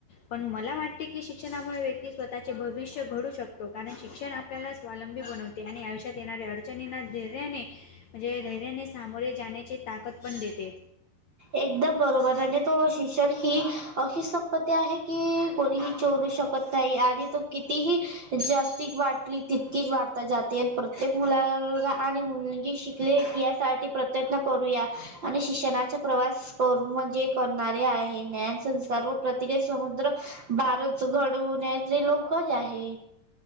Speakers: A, on the left; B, on the right.
A: पण मला वाटते की शिक्षणामुळे व्यक्ती स्वतःच्या तःचे भविष्य घडू शकते. कारण शिक्षण आपल्याला स्वावलंबी बनवते आणि आयुष्यात येणाऱ्या अडचणीना धैर्याने म्हणजे धैर्याने सामोरे जाण्याची ताकद पण देते.
B: एकदम बरोबर आणि तो शिक्षण ही अशी संपत्ती आहे.
A: ह
B: की कोणीही चोरू शकत नाही आणि कितीही जागतिक वाटली तितकीच वाढता जाते. ते मुला आणि मुलगी शिकले यासाठी प्रयत्न करूया. आणि शिक्षणाचा प्रवास कर म्हणजे करणारे आहे. ज्ञान संस्कार व प्रतिक समुद्र भारच घडवण्याचे लोकच आहे.